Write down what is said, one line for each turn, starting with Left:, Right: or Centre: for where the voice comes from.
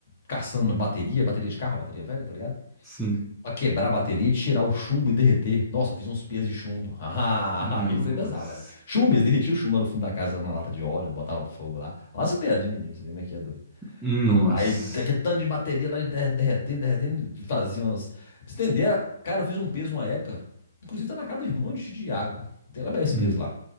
Left: caçando
Centre: Hum,
Left: bateria, bateria de carro, bateria velha, tá ligado?
Centre: Sim.
Left: Pra quebrar a bateria, tirar o chumbo e derreter. Nossa, eu fiz uns pesos de chumbo. Ah,
Centre: Nossa.
Left: <laughs> eu sempre pesava. né? Chumbo, eles derretiam o chumbo lá no fundo da casa, na lata de óleo, botava fogo lá. Olha as ideias de menino, você vê como é que é doido.
Centre: Nossa.
Left: Aí, daquele tanto de bateria lá, der- derretendo, derretendo, fazia umas... Pra você entender, cara, eu fiz um peso uma época, inclusive tá na casa do irmão de Diago. Tem lá bem esse
Centre: Hum.
Left: peso lá.